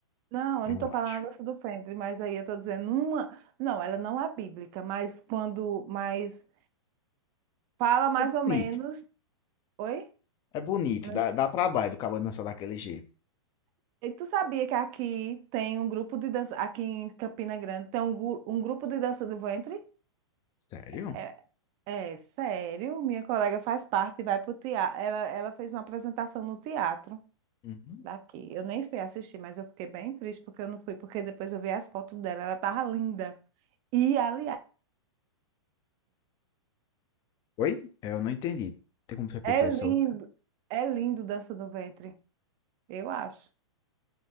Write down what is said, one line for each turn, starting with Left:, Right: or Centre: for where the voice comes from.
Right: Não,
Left: eu
Right: eu não estou falando
Left: acho.
Right: da dança do ventre, mas aí eu estou dizendo uma. Não, ela não é bíblica, mas quando. Mas fala mais
Left: É bonito,
Right: ou menos. Oi?
Left: é bonito,
Right: Não-
Left: dá dá trabalho do cabo dançar daquele jeito.
Right: E tu sabia que aqui tem um grupo de dança. Aqui em Campina Grande tem um, gru- um grupo de dança do ventre?
Left: Sério?
Right: É, É, sério, minha colega faz parte e vai pro teatro. Ela, ela fez uma apresentação no teatro
Left: Uhum.
Right: daqui. Eu nem fui assistir, mas eu fiquei bem triste porque eu não fui, porque depois eu vi as fotos dela, ela tava linda. E, aliás,
Left: Oi? É, Eu não entendi. Tem como repetir
Right: é lindo,
Left: essa outra?
Right: é lindo Dança do Ventre, eu acho.